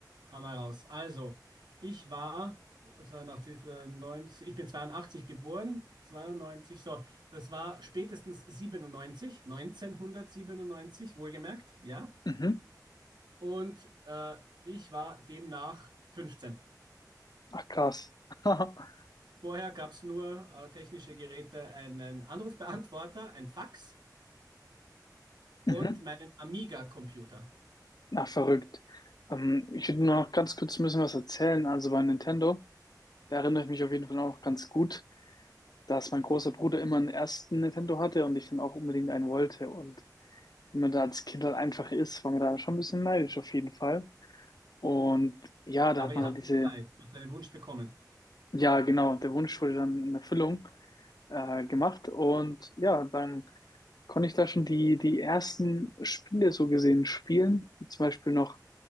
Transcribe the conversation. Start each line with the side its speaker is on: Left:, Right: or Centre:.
Right: Haben wir raus. Also, ich war 92, äh, 90, ich bin 82 geboren, 92, so, das war spätestens 97, 1997, wohlgemerkt, ja.
Left: Mhm.
Right: Und äh, ich war demnach 15.
Left: Ach, krass. <laughs>
Right: Vorher gab es nur äh, technische Geräte, einen Anrufbeantworter, ein Fax
Left: Mhm.
Right: und meinen Amiga-Computer.
Left: Na, verrückt. Ähm, ich würde nur noch ganz kurz ein bisschen was erzählen. Also bei Nintendo, da erinnere ich mich auf jeden Fall auch noch ganz gut, dass mein großer Bruder immer einen ersten Nintendo hatte und ich dann auch unbedingt einen wollte. Und wie man da als Kind halt einfach ist, war man da schon ein bisschen neidisch auf jeden Fall. Und ja, da
Right: Aber
Left: hat man
Right: ihr hattet
Left: halt diese
Right: zwei. Du hast deinen Wunsch bekommen.
Left: Ja, genau. Der Wunsch wurde dann in Erfüllung äh, gemacht. Und ja, dann konnte ich da schon die, die ersten Spiele so gesehen spielen. Wie Zum Beispiel noch